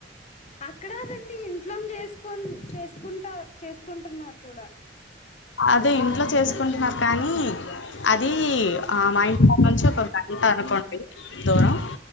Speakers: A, on the left; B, on the left.
A: అక్కడదండి ఇంట్లోన్ చేసుకోన్ చేసుకుంటా చేసుకుంటున్నారు కూడా
B: అదే ఇంట్లో చేసుకుంటున్నారు కానీ అది ఆ మా ఇంట్కాంనుంచి ఒక గంట అనుకోండి దూరం